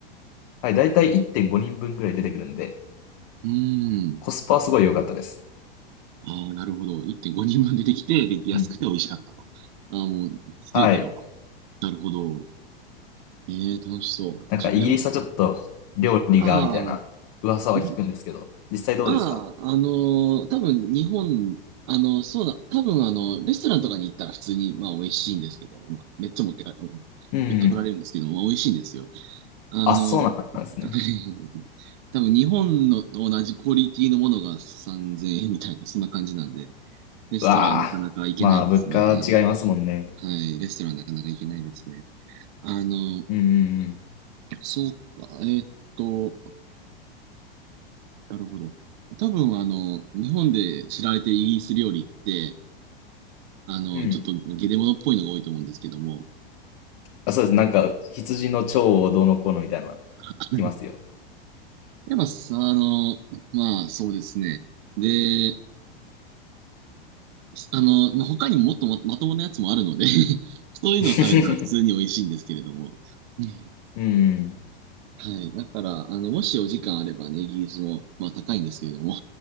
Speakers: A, on the left (about 50°); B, on the right (about 55°).
A: はい、だいたい1.5人分ぐらい出てくるんで、
B: ーん。
A: コスパはすごい良かったです。
B: ああ、なるほど。1.5人分出てきて、で、安くて美味しかったと。
A: うん。
B: ああ、もう、すべてが。
A: はい。
B: なるほど。ええ、楽しそう。
A: なんかイギリスはちょっと料理が、
B: ちょいや、あ
A: みたいな噂は聞くんですけど、
B: あ、い
A: 実際どうですか
B: まあ、あのー多分日本、あの、そうだ、多分あの、レストランとかに行ったら普通に、まあ、美味しいんですけど、まあ、めっちゃ持ってか、うん持ってこられるんですけど、
A: うん。
B: まあ、美味しいんですよ。あの、
A: あ、そうなんですね。
B: <laughs> 多分日本のと同じクオリティのものが3000円みたいな、そんな感じなんで、レストランはなかなか行けないですね。
A: うわあ。まあ、物価は違いますもんね。
B: はい、レストランはなかなか行けないですね。あの、
A: うんうん
B: そうか、えーっと、なるほど。多分、あの、日本で知られているイギリス料理って、あの、
A: うん。うん。
B: ちょっとゲレモノっぽいのが多いと思うんですけども、
A: あ、そうです。なんか、羊の腸をどうのこうのみたいな、
B: <laughs>
A: 聞きますよ。
B: やっぱ、あの、まあ、そうですね。で、あの、まあ、他にももっとままともなやつもあるので <laughs> そういうのを食べたら普通に美味しいんですけれども。
A: <laughs>
B: うん
A: うん。
B: はい。だから、あの、もしお時間あればね、イギリスも、まあ高いんですけれども、